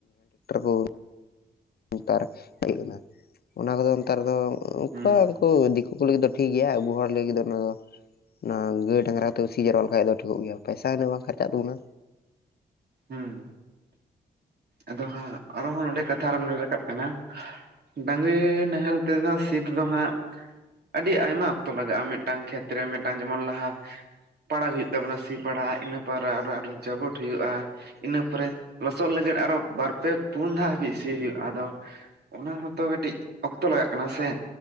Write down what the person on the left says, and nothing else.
ᱠᱚ ᱱᱮᱛᱟᱨ ᱦᱮᱜ ᱮᱱᱟ ᱚᱱᱟ ᱠᱚᱫᱚ ᱱᱮᱛᱟᱨ ᱫᱚ ᱩᱱᱠᱟᱹ
ᱩᱱᱠᱩ ᱫᱤᱠᱩ ᱩᱱᱠᱩ ᱞᱟᱹᱜᱤᱫ ᱫᱚ ᱴᱷᱤᱠ ᱜᱮᱭᱟ ᱟᱵᱚ ᱦᱚᱲ ᱞᱟᱹᱜᱤᱫ ᱫᱚ ᱚᱱᱟ ᱫᱚ ᱚᱱᱟ ᱜᱟᱹᱭ ᱰᱟᱝᱜᱨᱟ ᱛᱮ ᱥᱤ ᱡᱟᱣᱨᱟ ᱞᱮᱠᱟᱱᱡ ᱫᱚ ᱴᱷᱤᱠ ᱜᱮᱭᱟ ᱯᱟᱭᱥᱟ ᱩᱱᱟᱹᱜ ᱵᱟᱝ ᱠᱷᱟᱨᱪᱟᱜ ᱛᱟᱵᱚᱱᱟ᱾